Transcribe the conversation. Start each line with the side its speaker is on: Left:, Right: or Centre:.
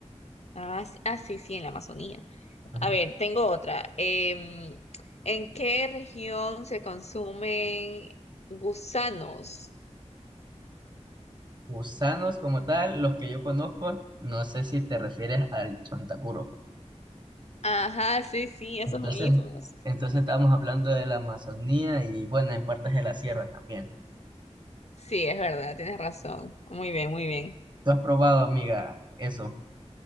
Left: Ah, s- ah, sí, sí, en la Amazonía.
Right: Ujú.
Left: A ver, tengo otra. Em, ¿en qué región se consumen gusanos?
Right: Gusanos como tal, los que yo conozco, no sé si te refieres al chontacuro.
Left: Ajá, sí, sí, esos
Right: Entonces,
Left: mismos.
Right: entonces estábamos hablando de la Amazonía y bueno, en partes de la sierra también.
Left: Sí, es verdad, tienes razón. Muy bien, muy bien.
Right: ¿Tú has probado, amiga, eso?